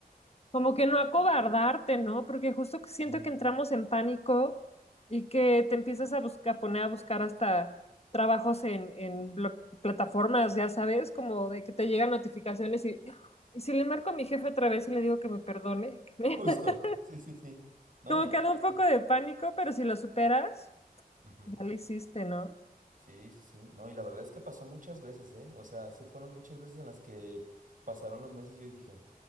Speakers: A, on the left; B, on the right.
A: Como que no acobardarte, ¿no? Porque justo que siento
B: Mm.
A: que entramos en pánico y que te empiezas a buscar, a poner a buscar hasta trabajos en, en lo- plataformas, ya sabes, como de que te llegan notificaciones y, y si le marco a mi jefe otra vez y le digo que me perdone, que me-
B: Justo.
A: <laughs>
B: Sí, sí, sí. No,
A: como
B: y,
A: que
B: y
A: da
B: pasó.
A: un poco de pánico, pero si lo superas,
B: Ujú.
A: ya lo hiciste, ¿no?
B: Sí, sí, sí. No, y la verdad es que pasó muchas veces, ¿eh? O sea, sí fueron muchas veces en las que pasaron los meses y yo dije,